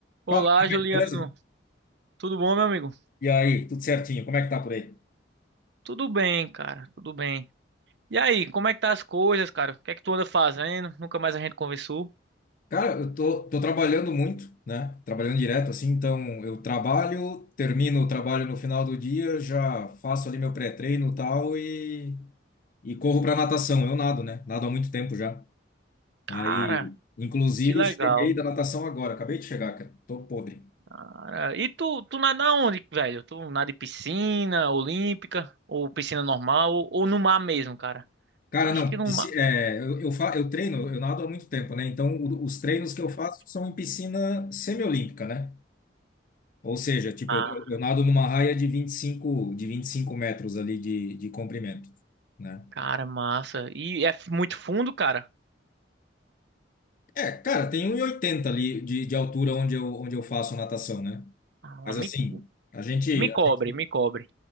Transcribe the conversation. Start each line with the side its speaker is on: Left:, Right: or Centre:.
Right: Olá,
Left: Fala, Mohamed,
Right: Juliano.
Left: beleza?
Right: Tudo bom, meu amigo?
Left: E aí, tudo certinho? Como é que tá por aí?
Right: Tudo bem, cara. Tudo bem. E aí, como é que tá as coisas, cara? O que é que tu anda fazendo? Nunca mais a gente conversou.
Left: Cara, eu tô, tô trabalhando muito, né? Trabalhando direto, assim, então eu trabalho, termino o trabalho no final do dia, já faço ali meu pré-treino e tal e, e corro pra natação. Eu nado, né? Nado há muito tempo já.
Right: Cara,
Left: Aí, inclusive,
Right: que legal.
Left: cheguei da natação agora, acabei de chegar, cara. Tô podre.
Right: Cara, e tu, tu nada onde, velho? Tu nada em piscina olímpica ou piscina normal ou, ou no mar mesmo, cara?
Left: Cara,
Right: Eu acho
Left: não,
Right: que no
Left: pisci-
Right: mar.
Left: é, eu, eu, fa, eu treino, eu nado há muito tempo, né? Então, o- os treinos que eu faço são em piscina semiolímpica, né? Ou seja, tipo,
Right: Ah,
Left: eu, eu nado numa raia de vinte e cinco de 25 metros ali de, de comprimento, né?
Right: cara, massa. E é f- muito fundo, cara?
Left: É, cara, tem um e oitenta ali de, de altura onde eu, onde eu faço natação, né?
Right: Ah,
Left: Mas
Right: me,
Left: assim, a gente,
Right: me cobre,
Left: a gente-
Right: me cobre.